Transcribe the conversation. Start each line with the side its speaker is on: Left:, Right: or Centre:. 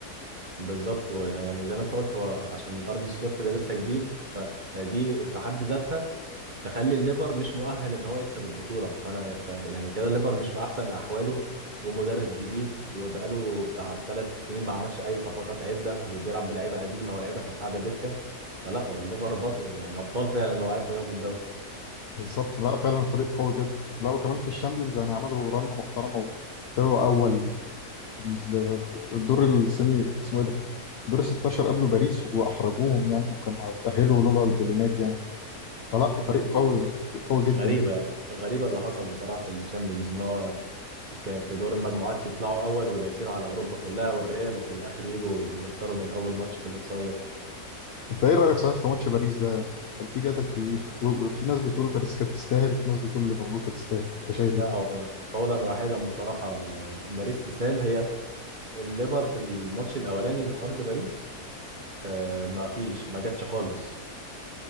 Right: بالظبط ويعني زي ما انت قلت هو عشان ارن سلوت ده لسه جديد ف... فدي في حد ذاتها تخلي الليفر مش مؤهل ان هو يكسب البطوله فانا ف يعني كده الليفر مش في احسن احواله ومدرب جديد وبقاله بتاع ثلاث سنين ما عملش اي صفقات عدله وبيلعب بلعيبه قديمه ولاعيبه كانت قاعده دكه فلا هو الليفر بطل يعني ابطال فعلا لو عرفوا ياخدوا الدوري
Left: بالظبط لا فعلا فريق قوي جدا لا وكمان في الشامبيونز يعني عملوا رنة محترمة وطلعوا أول و... في في الدور السيمي اسمه إيه ده؟ دور 16 قابلوا باريس وأحرجوهم يعني وكانوا هيتأهلوا لولا البلينات يعني فلا
Right: <laughs>
Left: فريق
Right: دي
Left: قوي فريق قوي جدا
Right: غريبه
Left: يعني
Right: غريبه اللي حصل بصراحه في التشامبيونز ان هو كان في دور المجموعات يطلعوا اول ودايسين على اوروبا كلها والريال وفي الاخر يجوا يخسروا من اول ماتش في الاقصائيات
Left: أنت إيه رأيك صحيح في ماتش باريس ده؟ كان في جدل كبير وفي ناس بتقول باريس كانت تستاهل وفي ناس بتقول ليفربول كانت تستاهل أنت شايف
Right: لا
Left: إيه؟
Right: هو قولا واحدا بصراحه باريس تسال هي الليفر في الماتش الاولاني اللي في ارض باريس آه ما فيش ما جاتش خالص